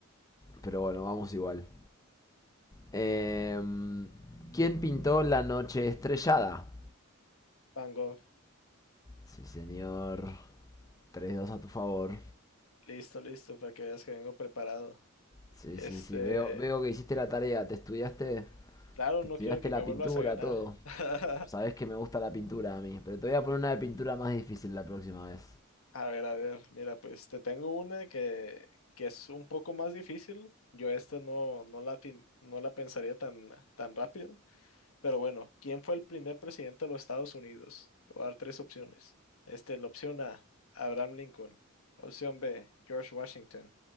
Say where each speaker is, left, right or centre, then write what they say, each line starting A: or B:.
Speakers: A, on the left (about 15°); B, on the left (about 80°).
A: pero bueno, vamos igual. Em, ¿Quién pintó la noche estrellada?
B: Van Gogh,
A: Sí, señor. Tres, dos a tu favor.
B: listo, listo, para que veas que vengo preparado.
A: Sí,
B: Este,
A: sí, sí, veo, veo que hiciste la tarea, te estudiaste,
B: claro,
A: te
B: no
A: estudiaste
B: quiero que
A: la
B: me vuelvas
A: pintura,
B: a ganar.
A: todo.
B: <laughs>
A: Sabes que me gusta la pintura a mí, pero te voy a poner una de pintura más difícil la próxima vez.
B: A ver, a ver, mira, pues te tengo una que, que es un poco más difícil. Yo esta no, no la, atin- no la pensaría tan, tan rápido. Pero bueno, ¿quién fue el primer presidente de los Estados Unidos? Te voy a dar tres opciones. Este, la opción A, Abraham Lincoln. Opción B, George Washington.